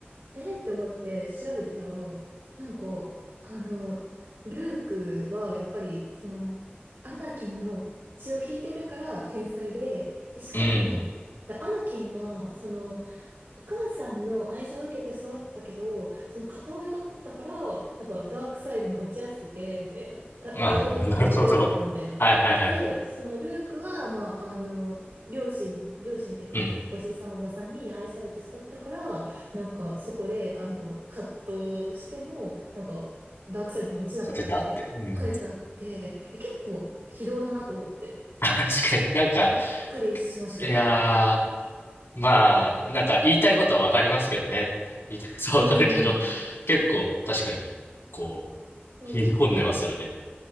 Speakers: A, on the right (about 80°); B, on the left (about 85°).
A: えーって思って調べてたら、なんか、あの、ルークはやっぱり、その、アナキンの血を引いてるから天才で、で、しかも、
B: うん。
A: アナキンは、その、お母さんの愛情を受けて育ったけど、その片親だったから、なんかダークサイドに落ちやすくて、みたいな。だ、
B: うん。あ、
A: 奴隷、
B: なるほど。
A: あと奴隷だったからみたいな。
B: はいはいはい。
A: で、そのルークは、まあ、あの、両親、両親っていうか、
B: うん
A: まあ、おじいさんおばさんに愛されて育ったから、なんかそこで、あの、葛藤しても、なんか、ダークサイドに落ちなかったみたいな、
B: 当てたって。うん。
A: 書いてあって、え、結構、非道だなと思って、
B: <laughs> 確かになんか、
A: びっくりしました。
B: いやー、まあ、なんか言いたいことはわかりますけどね。言いたいことはわかるけど、
A: うんうん、
B: 結構確かに、こう、
A: そう。
B: 切り込んでますよね。